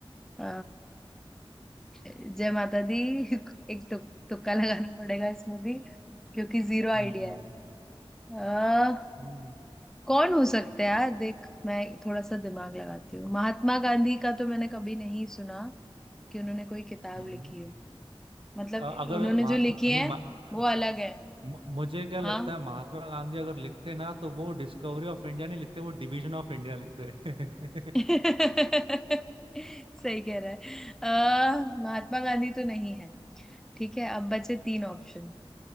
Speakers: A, in the centre; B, on the right.
A: अ, जय माता दी <laughs> एक तु, तुक्का लगाना पड़ेगा इसमें भी क्योंकि जीरो आइडिया
B: हम्म
A: है आ,
B: हम्म
A: कौन हो सकता है यार देख मैं थोड़ा सा दिमाग लगाती हूँ महात्मा गांधी का तो मैंने कभी नहीं सुना कि उन्होंने कोई किताब
B: हम्म
A: लिखी हो मतलब
B: अ- अगर
A: उन्होंने
B: महात्मा
A: जो लिखी
B: नहीं
A: है
B: मा-
A: वो अलग है
B: म- मुझे क्या
A: हाँ
B: लगता है महात्मा गांधी अगर लिखते ना तो वो डिस्कवरी ऑफ इंडिया नहीं लिखते वो डिवीजन ऑफ इंडिया लिखते
A: <laughs> सही कह रहा है आ, महात्मा गांधी तो नहीं है ठीक है अब बचे तीन ऑप्शन